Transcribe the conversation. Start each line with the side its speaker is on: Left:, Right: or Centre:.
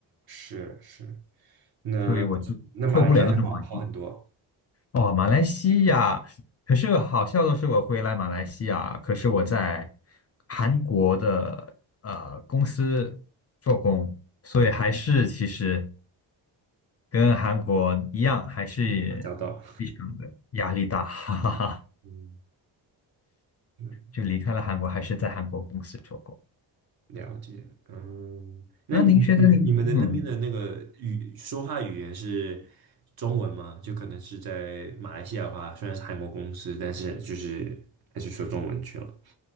Right: 是是，那
Left: 所以我就受不了那种环境。
Right: 那马来西亚就好好很多
Left: 哦，马来西亚，可是好笑的是，我回来马来西亚，可是我在韩国的呃公司做工，所以还是其实跟韩国一样，还是非常的压力大，
Right: 啊，找到
Left: <laughs> 哈哈哈。
Right: 嗯。嗯
Left: 就离开了韩国，还是在韩国公司做工。
Right: 了解，嗯，那你你你们的那边的那个语说话语言是
Left: 那您觉得您，嗯，
Right: 中文吗？就可能是在马来西亚的话，虽然是韩国公司，但是就是还是说中文去了。